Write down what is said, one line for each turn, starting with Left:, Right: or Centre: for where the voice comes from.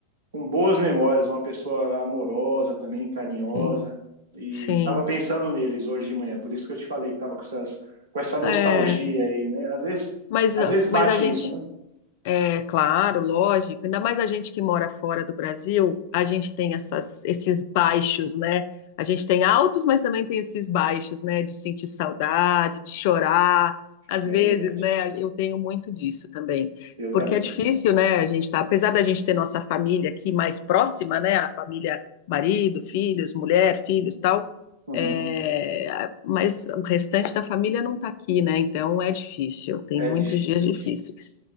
Right: com boas memórias, uma pessoa amorosa também, carinhosa,
Left: sim,
Right: e
Left: sim.
Right: tava pensando neles hoje de manhã, por isso que eu te falei que tava com essas, com essa nostalgia
Left: É,
Right: aí, né? Às vezes,
Left: mas,
Right: às
Left: ah,
Right: vezes
Left: mas
Right: bate
Left: a gente
Right: isso, né?
Left: É claro, lógico. Ainda mais a gente que mora fora do Brasil, a gente tem essas, esses baixos, né? A gente tem altos, mas também tem esses baixos, né? De sentir saudade, de chorar. Às
Right: É
Left: vezes,
Right: verdade.
Left: né? Eu tenho muito disso também.
Right: Eu
Left: Porque
Right: também,
Left: é difícil,
Right: eu também.
Left: né? A gente tá, apesar da gente ter nossa família aqui mais próxima, né? A família, marido, filhos, mulher, filhos, tal.
Right: Uhum.
Left: é, mas o restante da família não tá aqui, né? Então é difícil. Tem
Right: É
Left: muitos
Right: difícil,
Left: dias difíceis.
Right: é difícil.